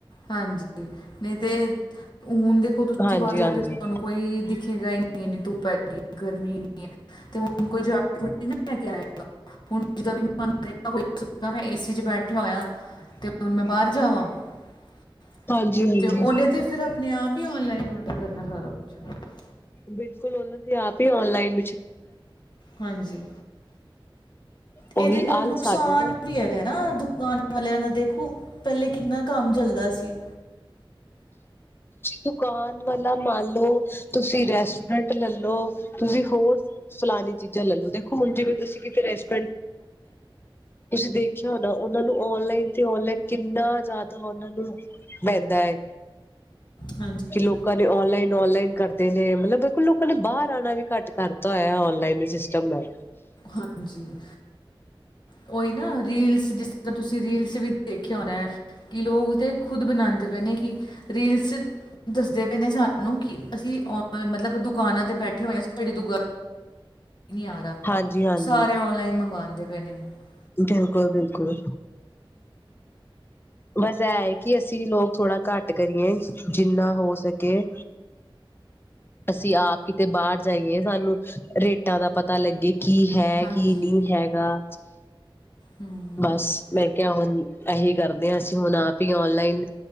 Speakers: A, on the left; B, on the left.
A: ਹਾਂਜੀ ਨਹੀਂ ਤੇ। ਮੈਂ
B: ਹਾਂਜੀ-ਹਾਂਜੀ।
A: <inaudible>
B: ਹਾਂਜੀ ਹਾਂਜੀ
A: ਤੇ ਉਹਨੇ ਤਾਂ ਫਿਰ ਆਪਣੀ। ਆਪ ਹੀ ਔਨਲਾਈਨ ਔਡਰ ਕਰਨਾ ਸਾਰਾ ਜੀ <inaudible>
B: ਬਿਲਕੁਲ ਉਹਨਾਂ ਦੀ ਆਪ ਹੀ ਔਨਲਾਈਨ।
A: ਹਾਂਜੀ
B: ਉਹੀ
A: ਇਹਦੇ ਨਾਲ
B: ਆਲਸ
A: ਨੁਕਸਾਨ
B: ਆ ਗਿਆ ਨਾ
A: ਵੀ ਹੈਗਾ ਐ ਨਾ। ਦੁਕਾਨ ਵਾਲਿਆਂ ਦਾ ਦੇਖੋ ਪਹਿਲੇ ਕਿੰਨਾ ਕੰਮ ਚੱਲਦਾ ਸੀ।
B: ਦੁਕਾਨ ਵਾਲਾ ਮਨ ਲੋ ਤੁਸੀਂ ਰੈਸਟੋਰੈਂਟ ਲੈਲੋ ਤੁਸੀਂ ਹੋਰ ਫਲਾਨੀ ਚੀਜ਼ਾਂ ਲੈਲੋ ਦੇਖੋ ਹੁਣਜਿਵੇ ਤੁਸੀਂ ਕਿਤੇ ਤੁਸੀਂ ਦੇਖ ਰਹੇ ਹੋ ਨਾ ਉਹਨਾਂ ਨੂੰ ਆਨਲਾਈਨ ਤੇ ਆਨਲਾਈਨ ਕਿੰਨਾ ਜਿਆਦਾ <unintelligible> ਰੈਸਟੋਰੈਂਟ ਵਗੈਰਾ ਤੇ ਜਾਂਦੇ ਆ ਤੁਸੀਂ ਦੇਖਿਆ ਹੋਣਾ ਉਹਨਾਂ ਨੂੰ ਆਨਲਾਈਨ ਤੇ ਆਫਲਾਈਨ ਕਿੰਨਾ ਜ਼ਿਆਦਾ ਨੂੰ ਪੈਂਦਾ ਹੈ
A: ਹਾਂਜੀ
B: ਕਿ ਲੋਕਾਂ ਨੇ ਔਨਲਾਈਨ ਔਨਲਾਈਨ ਕਰਨਾ। ਨੇ ਮਤਲਬ ਬਿਲਕੁਲ ਲੋਕਾਂ ਨੇ ਬਾਹਰ ਆਉਣਾ ਵੀ ਘੱਟ ਕਰਤਾ ਹੋਇਆ ਔਨਲਾਈਨ ਸਿਸਟਮ ਹੈ।
A: ਹਾਂਜੀ ਉਹੀ ਨਾ ਰੀਲਸ ਜਿਸ ਤਰ੍ਹਾਂ ਤੁਸੀਂ। ਰੀਲਜ਼ ਵਿਚ ਦੇਖਿਆ ਹੋਣਾ। ਕਿ ਲੋਕ ਤੇ ਖੁਦ ਬਣਾਉਂਦੇ। ਨੇ ਕਿ ਰੀਲਸ ਦੱਸਦੇ ਪਏ ਨੇ ਸਾਨੂੰ ਕਿ ਅਸੀਂ ਉਹ ਮਤਲਬ ਦੁਕਾਨਾਂ। ਤੇ ਬੈਠੇ ਹੋਏ ਨੇ ਸਾਡੇ ਦੁਕਾਨਾਂ ਨਹੀਂ ਆ
B: ਹਾਂਜੀ ਹਾਂਜੀ
A: ਸਾਰੇ ਓਨਲਾਈਨ ਮੰਗਵਾਉਂਦੇ ਵੇਲੇ <unintelligible>
B: ਬਿਲਕੁਲ ਬਿਲਕੁਲ ਬਸ ਇਹ ਹੈ ਕਿ ਅਸੀਂ ਲੋਕ ਥੋੜ੍ਹਾ ਘੱਟ ਕਰੀਏ ਜਿੰਨਾ ਹੋ ਸਕੇ ਅਸੀਂ ਆਪ ਕਿਤੇ ਬਾਹਰ ਜਾਈਏ ਸਾਨੂੰ ਰੇਟਾਂ ਦਾ ਪਤਾ ਲੱਗੇ। ਕੀ ਹੈ
A: ਹਾਂਜੀ
B: ਕੀ ਨਹੀਂ ਹੈਗਾ
A: ਹਮ
B: ਬਸ ਮੈਂ ਕਿਹਾ ਹੁਣ ਇਹੀ ਕਰਦੇ ਹਾਂ ਅਸੀਂ ਹੁਣ ਆਪ ਹੀ ਔਨਲਾਈਨ